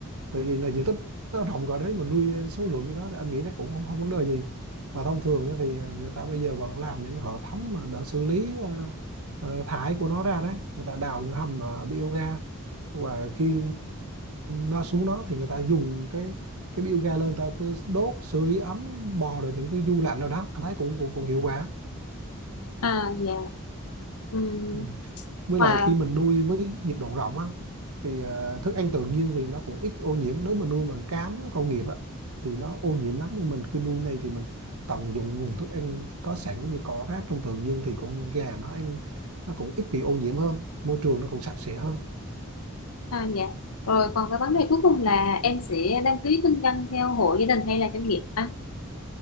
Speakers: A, on the right; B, on the left.
A: tại vì là diện tích nó rộng rồi đấy mà nuôi ờ, số lượng như đó thì anh nghĩ chắc cũng không không vấn đề gì mà thông thường á thì ờ, người ta bây giờ vẫn làm những hệ thống mà đã xử lý ờ, ờ, thải của nó ra đấy người ta đào những hầm uh, biogas và khi nó xuống đó thì người ta dùng cái cái bioga ga lên người ta vừa đốt sưởi ấm bò rồi những cái du lạnh rồi đó anh thấy cũng cũng, cũng hiệu quả
B: à dạ Ừm,
A: ừ. với
B: và
A: lại khi mình nuôi với nhiệt độ rộng á thì ờ, thức ăn tự nhiên thì nó cũng ít ô nhiễm nếu mà nuôi bằng cám á, công nghiệp á thì nó ô nhiễm lắm nhưng mình cứ nuôi này thì mình tận dụng nguồn thức ăn có sẵn như cỏ rác trong tự nhiên thì con gà nó ăn nó cũng ít bị ô nhiễm hơn môi trường nó cũng sạch sẽ hơn
B: À, dạ. Rồi còn cái vấn đề cuối cùng là em sẽ đăng ký kinh doanh theo hộ gia đình hay là doanh nghiệp anh?